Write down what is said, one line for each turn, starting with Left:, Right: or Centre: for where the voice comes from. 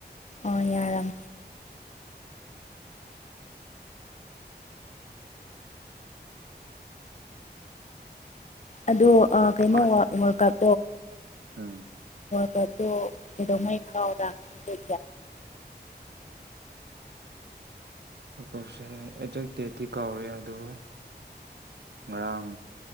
Left: ꯑꯣ ꯌꯥꯔꯝ ꯑꯗꯣ ꯀꯩꯅꯣ
Right: ꯍꯣꯏ
Left: ꯋꯥꯔꯜꯀꯞ
Right: ꯎꯝ
Left: ꯗ ꯀꯗꯉꯩ ꯈꯥꯎꯗꯥꯗ ꯍꯥꯏ
Right: ꯎꯀꯞꯁꯦ ꯑꯩꯖꯦꯛ ꯗꯦꯠꯇꯤ ꯀꯥꯎꯔꯦ ꯑꯗꯨꯗ ꯉꯔꯥꯡ